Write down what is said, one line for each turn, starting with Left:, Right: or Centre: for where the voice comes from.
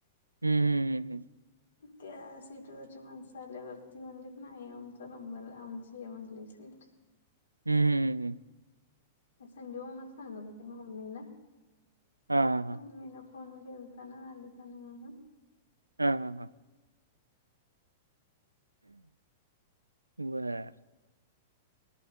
Right: हम्म हम् हम् हम्
Left: त्या सिटीवररची माणस झाल्यावरती म्हणज नाही आमचा नंबर आमची आहे म्हगली सीट
Right: हम्म हम् हम् हम्
Left: संजीवा म सांगत होते मम्मीला
Right: हा हा हा
Left: मम्मीन फोन केलताना आली का नाही म्हणून
Right: हा हा हा बर